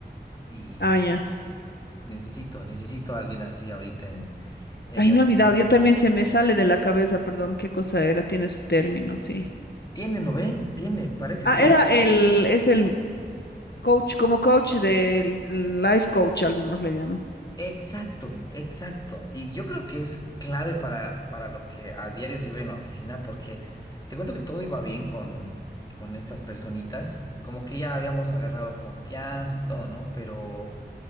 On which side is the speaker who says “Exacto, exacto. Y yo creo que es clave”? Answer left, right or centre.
Left